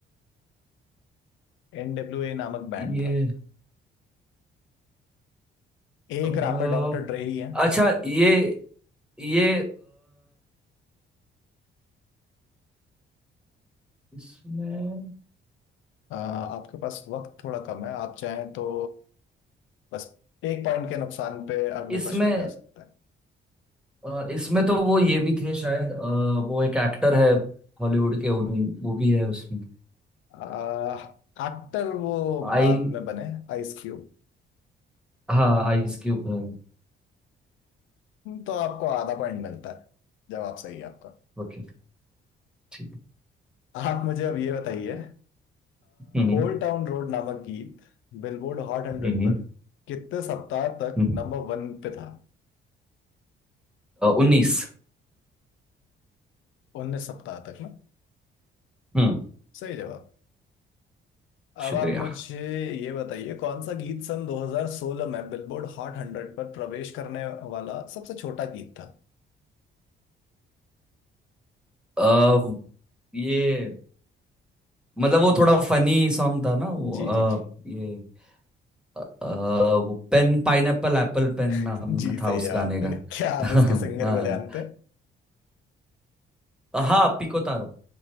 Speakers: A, on the left; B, in the centre.
A: एन डब्ल्यू ए नामक बैंड
B: ये
A: था एक
B: अ,
A: रैपर डॉक्टर ड्रे ही है
B: अच्छा ये ये इसमें
A: आ, आपके पास वक्त थोड़ा कम है आप चाहें तो बस एक पॉइंट के नुकसान पे अगले
B: इसमें
A: प्रश्न पे जा सकते हैं
B: अ, इसमें तो वो ये भी थे शायद अ, वो एक एक्टर है हॉलीवुड के उन- वो भी है उसमें
A: आ, एक्टर वो
B: आई
A: बाद में बने आइस क्यूब
B: हाँ आइस क्यूब है
A: तो आपको आधा पॉइंट मिलता है जवाब सही है आपका
B: ओके ठीक
A: आप मुझे अब ये बताइए
B: हम्म
A: ओल्ड टाउन रोड नामक गीत बिलबोर्ड हॉट हंड्रेड
B: हम्म
A: पर कितने सप्ताह तक
B: हम्म
A: नंबर वन पे था
B: उन्नीस
A: उन्नीस सप्ताह तक ना
B: हम्म
A: सही जवाब अब
B: शुक्रिया
A: आप मुझे ये बताइए कौन सा गीत सन 2016 में बिलबोर्ड हॉट हंड्रेड पर प्रवेश करने वाला सबसे छोटा गीत था
B: अ, ये मतलब वो थोड़ा फनी सॉन्ग था ना वो
A: जी
B: अ,
A: जी जी
B: ये अ, अ, वो पेन पाइनएप्पल एप्पल पेन
A: <laughs>
B: नाम
A: जी सही
B: था उस
A: जवाब
B: गाने
A: <laughs>
B: का
A: क्या आप
B: <laughs>
A: इसके सिंगर
B: हाँ
A: को जानते हैं
B: हाँ पिको तारो